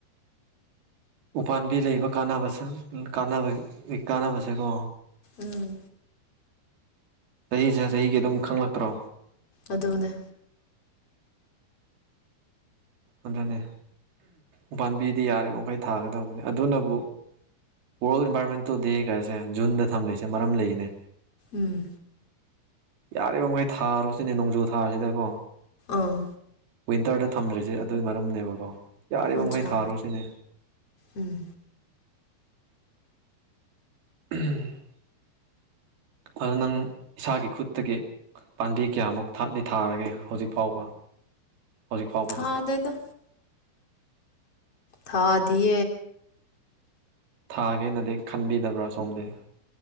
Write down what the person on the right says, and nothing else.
ꯎꯄꯥꯥꯟꯝꯕꯤ ꯂꯩꯕ ꯀꯥꯟꯅꯕꯁꯦ ꯀꯥꯟꯅꯕ ꯀꯥꯟꯅꯕꯁꯦꯀꯣ
ꯆꯍꯤꯁꯦ ꯆꯍꯤꯒꯤ ꯑꯗꯨꯝ ꯈꯪꯂꯛꯇ꯭ꯔꯣ
ꯑꯗꯨꯅꯦ ꯎ ꯄꯥꯝꯕꯤꯗꯤ ꯌꯥꯔꯤꯕ ꯃꯈꯩ ꯊꯥꯒꯗꯕꯅꯤ ꯑꯗꯨꯅꯕꯨ ꯋꯥꯔꯜ ꯏꯟꯚꯥꯏꯔꯣꯟꯃꯦꯟꯇꯣ ꯗꯦ ꯀꯥꯏꯁꯦ ꯖꯨꯟꯗ ꯊꯝꯂꯤꯁꯦ ꯃꯔꯝ ꯂꯩꯔꯤꯅꯦ
ꯌꯥꯔꯤꯕ ꯃꯈꯩ ꯊꯥꯔꯨꯔꯁꯤꯅꯦ ꯅꯣꯡꯖꯨ ꯊꯥꯁꯤꯗꯀꯣ
ꯋꯤꯟꯇꯔꯗ ꯊꯝꯗ꯭ꯔꯤꯁꯦ ꯑꯗꯨꯒꯤ ꯃꯔꯝꯅꯦꯕꯀꯣ ꯌꯥꯔꯤꯕ
ꯃꯈꯩ ꯊꯥꯔꯣ ꯁꯤꯅꯦ
<unintelligible> ꯑꯗꯨ ꯅꯪ ꯏꯁꯥꯒꯤ ꯈꯨꯠꯇꯒꯤ ꯄꯥꯝꯕꯤꯦ ꯀꯌꯥꯃꯨꯛ ꯊꯥꯂꯤ ꯊꯥꯔꯒꯦ ꯍꯧꯖꯤꯛ ꯐꯥꯎꯕ ꯍꯧꯖꯤꯛ ꯐꯥꯎꯕꯗ
ꯊꯥꯒꯦꯅꯗꯤ ꯈꯟꯕꯤꯗꯕ꯭ꯔꯥ ꯁꯣꯝꯗꯤ